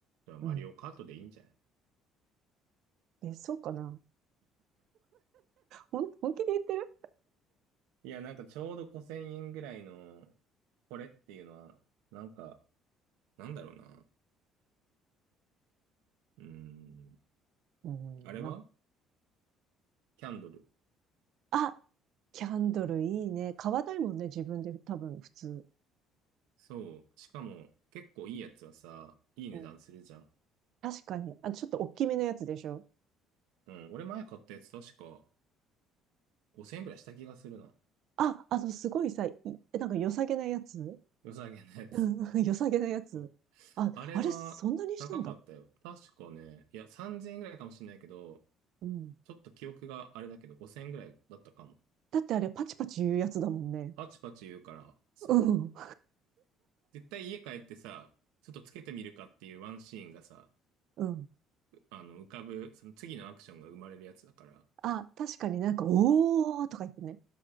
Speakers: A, on the right (about 85°); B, on the right (about 65°).
A: じゃあ、マリオカートでいいんじゃない
B: うん。え、そうかな。ほん、本気で言ってる
A: いや、なんかちょうど5000円ぐらいの、これっていうのは、なんか、なんだろうな。うーん。
B: うん、
A: あれは
B: なん
A: キャンドル。
B: あ、キャンドルいいね。買わないもんね、自分で多分普通。
A: そう。しかも、結構いいやつはさ、いい値段するじゃん。
B: うん。確かに。あ、ちょっと大きめのやつでしょ
A: うん。俺前買ったやつ確か5000円ぐらいした気がするな。
B: あ、あの、すごいさ、いなんか良さげなやつ
A: 良さげなやつ。
B: うん <laughs> 良さげなやつ。
A: そう。
B: あ、
A: あれは高かったよ。
B: あれ、そんなにしたんだ。
A: 確かね、いや、3000円ぐらいかもしれないけど、
B: うん。
A: ちょっと記憶があれだけど、5000円ぐらいだったかも。
B: だってあれ、パチパチ言うやつだもんね。
A: パチパチ言うから、そう。
B: うん。
A: 絶対家帰ってさ、ちょっとつけてみるかっていうワンシーンがさ、
B: うん。
A: うあの、浮かぶ、その次のアクションが生まれるやつだから、
B: あ、確かになんか、おーとか言ってね。